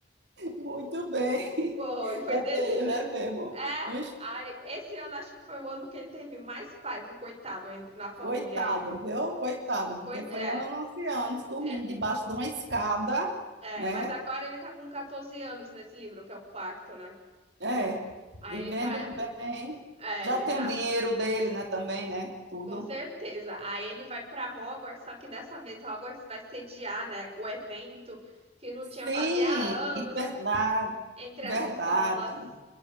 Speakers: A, on the right; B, on the right.
A: muito bem. <laughs>
B: Pô, e foi
A: É
B: desse jeito.
A: mesmo, é mesmo.
B: É,
A: Não está.
B: aí, esse ano acho que foi o ano que ele teve mais paz, o coitado ainda, na família
A: Coitado,
B: aí.
A: viu? Coitado, porque
B: Coi- é,
A: foi anos e anos dormindo
B: é,
A: debaixo de uma escada,
B: é,
A: né?
B: mas agora ele tá com 14 anos nesse livro, que é o quarto, né?
A: É,
B: Aí
A: vivendo
B: ele tá,
A: bem.
B: é,
A: Já
B: ele
A: tem
B: tá.
A: o dinheiro dele, né? Também, né? Tudo.
B: Com certeza. Aí ele vai para Hogwarts, só que dessa vez Hogwarts vai sediar, né, o evento que não tinha
A: Sim,
B: fazia anos
A: verdade,
B: entre
A: verdade.
B: as escolas.